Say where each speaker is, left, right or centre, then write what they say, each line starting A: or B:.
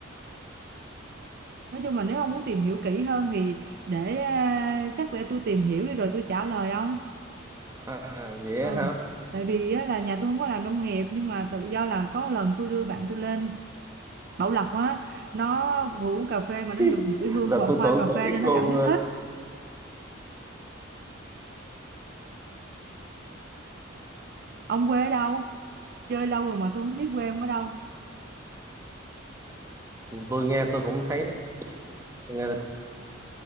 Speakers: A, on the right; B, on the right.
A: Nói chung là nếu ông muốn tìm hiểu kỹ hơn thì để à, chắc để tôi tìm hiểu đi rồi tôi trả lời ông.
B: À, vậy
A: Ừ.
B: á hả?
A: Tại vì á, là nhà tôi không có làm nông nghiệp nhưng mà tự do là có lần tôi đưa bạn tôi lên Bảo Lộc á, nó vừa uống cà phê mà
B: <laughs>
A: nó được ngửi hương
B: Là
A: và
B: tôi
A: hoa
B: tưởng
A: cà
B: bà
A: phê
B: biết
A: nên nó
B: luôn.
A: cảm thấy
B: ờ.
A: thích. Ông quê ở đâu? Chơi lâu rồi mà tôi không biết quê ông ở đâu.
B: À, tôi nghe tôi cũng thấy tôi nghe